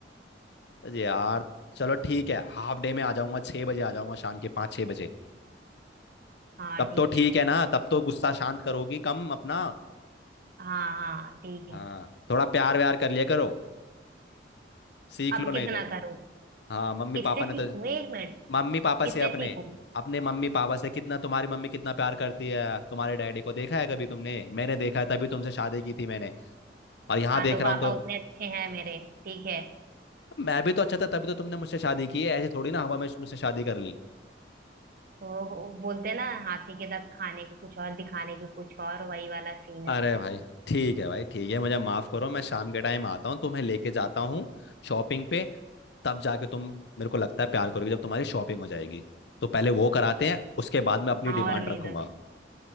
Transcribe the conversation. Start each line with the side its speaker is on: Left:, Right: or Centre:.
Left: अरे यार चलो ठीक है हाफ डे में आ जाऊंगा छह बजे आ जाऊंगा शाम के पाँच छह बजे
Right: हाँ
Left: तब
Right: ठीक
Left: तो
Right: है
Left: ठीक
Right: फिर
Left: है ना तब तो गुस्सा शांत करोगी कम अपना
Right: हाँ हाँ ठीक है
Left: हाँ थोड़ा प्यार व्यार कर लिया करो सीख
Right: अब
Left: लो नहीं
Right: कितना
Left: तो
Right: करूँ
Left: हाँ मम्मी
Right: किससे
Left: पापा ने
Right: सीखूं
Left: तो
Right: एक मिनट
Left: मम्मी पापा
Right: किससे
Left: से अपने
Right: सीखूं
Left: अपने मम्मी पापा से कितना तुम्हारी मम्मी कितना प्यार करती है तुम्हारे डैडी को देखा है कभी तुमने मैंने देखा है तभी तुमसे शादी की थी मैंने और यहाँ
Right: हाँ
Left: देख
Right: तो
Left: रहा
Right: पापा
Left: हूँ तो
Right: उतने अच्छे हैं मेरे ठीक है
Left: मैं भी तो अच्छा था तभी तो तुमने मुझसे शादी की है ऐसे थोड़ी ना हवा में मुझसे शादी कर ली
Right: तो वो बोलते हैं ना हाथी के दांत खाने के कुछ और दिखाने के कुछ और वही वाला सीन है
Left: अरे
Right: तुम्हारा
Left: भाई ठीक है भाई ठीक है मुझे माफ करो मैं शाम के टाइम आता हूँ तुम्हें लेके जाता हूँ शॉपिंग पे तब जाके तुम मेरे को लगता है प्यार करोगे जब तुम्हारी शॉपिंग हो जाएगी तो पहले वो कराते हैं उसके बाद मैं अपनी
Right: हाँ
Left: डिमांड
Right: और नहीं
Left: रखूंगा
Right: दोगे